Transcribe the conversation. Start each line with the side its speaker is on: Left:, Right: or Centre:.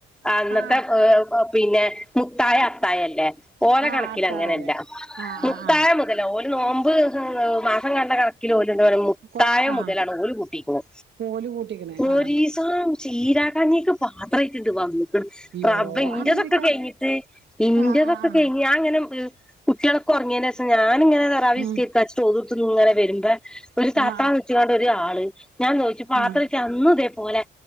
Centre: അന്നത്തെ
Right: ആ
Centre: ഏഹ് പ് പിന്നെ മുത്തായ അത്തായല്ലേ ഓല
Right: അത്താഴല്ലേ
Centre: കണക്കിലങ്ങനെല് ലാം
Right: ആ
Centre: മുത്താഴ
Right: ആ ആ
Centre: മുതല ഓല് നോമ്പ് മാസം കണ്ട കണക്കിന് ഓൽ ജ്ജ്ന്തേ പറയും മുത്തായ
Right: കൊ ആ
Centre: മുതലാണ് ഓല് കുട്ടികുണു
Right: കോല് കൂട്ടിക്കണേ
Centre: ഒരീസം
Right: ആ
Centre: ചീരാ ക ഞീക്ക് പത്രയ്റ്റ്ണ്ട് വന്ന്ക്ക്‌ണ്
Right: യോ
Centre: റബ്ബേ ഇന്റൊതെക്ക്
Right: അങ്ങനെയൊക്കെ
Centre: കഴിഞ്ഞിട്ട് ഇന്റോതെക്ക
Right: ആ ആ ആ
Centre: കയിഞ്ഞി ഞാ ഇങ്ങനെ ഹ് കുട്ടിളൊക്കെ ഒർങ്ങയ്നേഷം ഞാനിങ്ങനെ തറാവിസ്കേര്ക്കാച്ചിട്ട്തിർത്ത്
Right: ഉം
Centre: ഒള്ളു ട്ത്ങ്ങനെ വരുമ്പോ ഒരു താത്ത
Right: ആ
Centre: വിളിച്ചിങ്ങാണ്ട് ഒരു ആള് ഞാൻ ചോയിച്ചു പാത്രജ്
Right: ആ ആ
Centre: അന്നു ഇതേ പോലെ